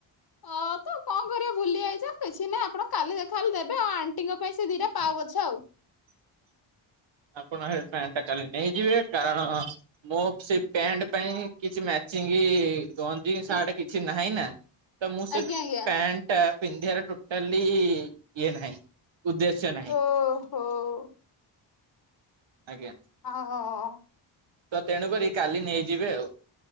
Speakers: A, on the left; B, on the right.
A: ହଁ ତ କଣ କରିବା ଭୁଲି ଯାଇଚ କିଛି ନାହିଁ ଆପଣ କାଲି ଦେଖାହେଲେ ଦେବେ ଆଉ ଆଣ୍ଟିଙ୍କ ପାଇଁ ସେ ଦିଟା ପାଉ ପୋଛା ଆଉ।
B: <inaudible> ଆପଣ ହେ ପ୍ୟାଣ୍ଟଟା କା ନେଇଯିବେ କାରଣ ମୋ ସେ ପ୍ୟାଣ୍ଟ ପାଇଁ କିଛି ମ୍ୟାଚିଙ୍ଗି କି ଗଞ୍ଜି କି ସାର୍ଟେ କିଛି ନାହିଁ ନା। ତ ମୁଁ ସେ
A: ଆଜ୍ଞା
B: ପ୍ୟାଣ୍ଟଟା
A: ଆଜ୍ଞା
B: ପିନ୍ଧିବାର ଟୋଟାଲି ଇଏ ନାହିଁ। ଉଦ୍ଦେଶ୍ୟ ନାହିଁ।
A: ଓହୋ।
B: ଆଜ୍ଞା
A: ଆଉ
B: ତ ତେଣୁକରି କାଲି ନେଇଯିବେ ଆଉ।